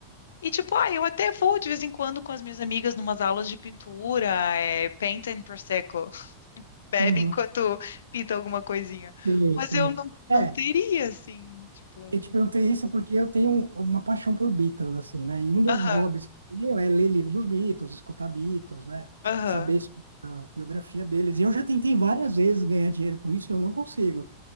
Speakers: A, on the left; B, on the right.
A: E, tipo, ah, eu até vou de vez em quando com as minhas amigas numas aulas de pintura, é, paint and prosecco. <laughs> Bebe
B: Uhum.
A: enquanto pinta alguma coisinha.
B: Sim,
A: Mas
B: sim.
A: eu não, não
B: É,
A: teria, assim, tipo.
B: Eu te perguntei isso porque eu tenho uma paixão por Beatles, assim, né? E um dos
A: algo.
B: hobbies meu é ler livro dos Beatles, escutar Beatles, né?
A: Aham.
B: Saber sobre a biografia deles. E eu já tentei várias vezes ganhar dinheiro com isso, e eu não consigo,